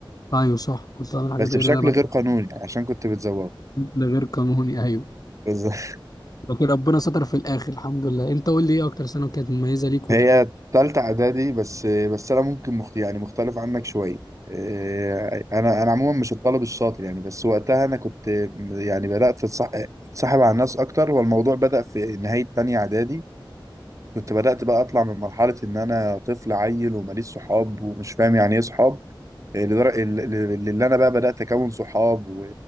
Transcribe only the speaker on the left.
ايوه صح كنت بعمل حاجات
غير
اللي انا بعملها
ده غير قانوني ايوه
لكن ربنا ستر في الاخر الحمد لله انت قول لي ايه اكتر سنه كانت مميزه ليك
وليه